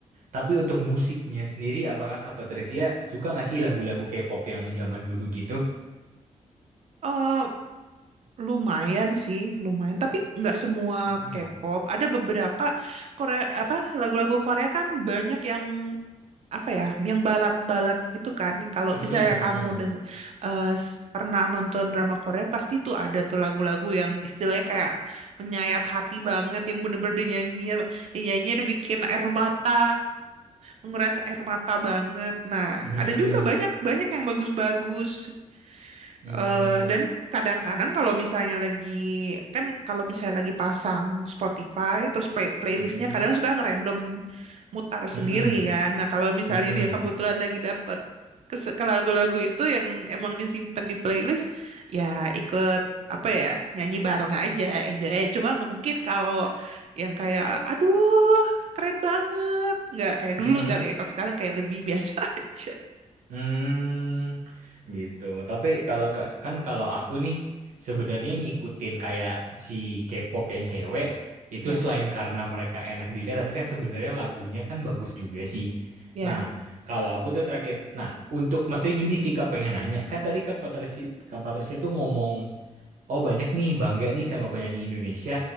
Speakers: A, on the right; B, on the right.
A: Tapi untuk musiknya sendiri, apakah Kak Patricia suka nggak sih lagu-lagu K-pop yang zaman dulu gitu?
B: Eh lumayan sih, lumayan. Tapi nggak semua
A: Mm-mm.
B: K-pop. Ada beberapa Korea apa lagu-lagu Korea kan banyak yang apa ya yang balat-balat gitu kan kalau
A: Mm-mm,
B: misalnya
A: mm-mm,
B: kamu deng eh, s- pernah nonton drama Korea pasti tuh ada tuh lagu-lagu yang istilahnya kayak menyayat hati banget yang bener-bener dinyanyinya dinyanyiin bikin air mata menguras air mata banget nah
A: mm-mm,
B: ada juga banyak banyak yang bagus-bagus
A: mm-mm,
B: Eh, dan kadang-kadang kalau misalnya lagi kan kalau misalnya lagi pasang Spotify terus play- playlistnya
A: mm-mm,
B: kadang suka ngerandom mutar
A: mm-mm,
B: sendiri kan. Nah kalau misalnya
A: mm-mm, mm-mm,
B: dia kebetulan lagi dapet ke, ke lagu-lagu itu yang emang disimpan di playlist, ya ikut apa ya nyanyi bareng aja enjoy aja. Cuma nggak mungkin kalau yang kayak aduh keren banget nggak kayak
A: mm-mm,
B: dulu kali ya. Kalau sekarang kayak lebih biasa <laughs> aja.
A: mm. gitu. Tapi kalau ke- kan kalau aku nih sebenarnya ngikutin kayak si K-pop yang cewek itu
B: Ya,
A: selain karena mereka enak dilihat tapi kan sebenarnya lagunya kan bagus juga sih.
B: ya,
A: Nah, kalau aku tuh terakhir nah, untuk maksudnya gini sih Kak pengen nanya. Kan tadi Kak Patricia Kak Patricia tuh ngomong oh banyak nih bangga nih sama penyanyi Indonesia.